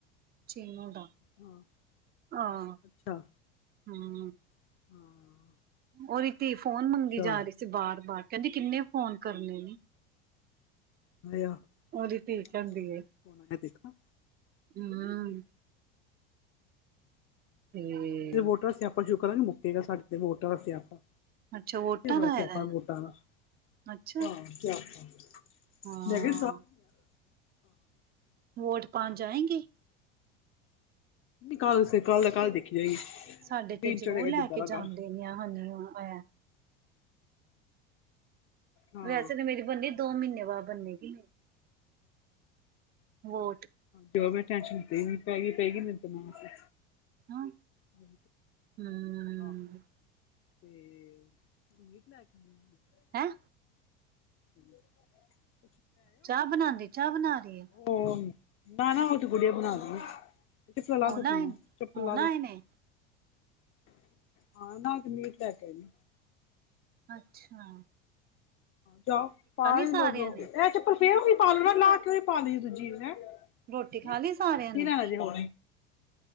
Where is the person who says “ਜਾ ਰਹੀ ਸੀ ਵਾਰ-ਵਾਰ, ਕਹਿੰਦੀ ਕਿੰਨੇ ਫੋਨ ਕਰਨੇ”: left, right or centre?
Right